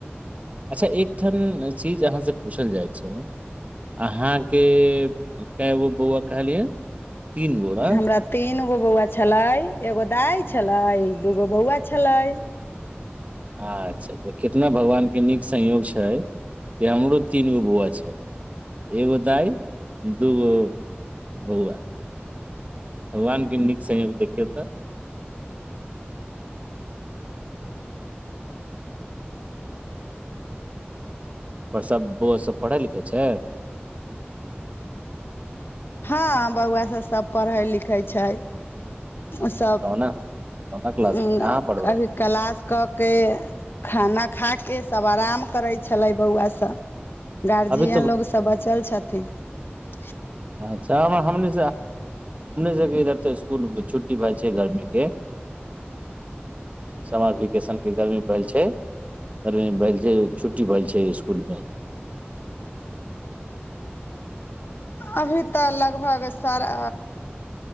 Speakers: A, on the right; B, on the left.
A: अच्छा एकठाम चीज अहाँसँ पूछल जाइ छै अहाँके कए गो बौआ कहलियै तीन गो ने
B: हमरा तीन एगो बौआ छलै एगो दाइ छलै दूगो बौआ छलै
A: अच्छा तऽ कितना भगवानके नीक संयोग छै हमरो तीन गो बौआ छै एगो दाय दु गो बौआ भगवान के निक संयोग देखियो त पर सभ बौआ सभ पढ़ै लिखै छै
B: हँ बौआ सभ सभ पढ़ै लिखै छै ओसभ
A: ओना ओना क्लास
B: उ
A: में कहाँ पढ़बै
B: अभी क्लास कऽ के खाना खाके सभ आराम करै छलै बौआ सब गार्जियन
A: अभी
B: लोग सब बचल छथिन ह
A: अच्छाने सब इधर त इसकुल छुट्टी भए जा छै गर्मीे समर वकेेशनके गर्मी भेल छै गर्मी भेल छै छुट्टी भेल छै इसकुलमे
B: अभी तऽ लगभग सारा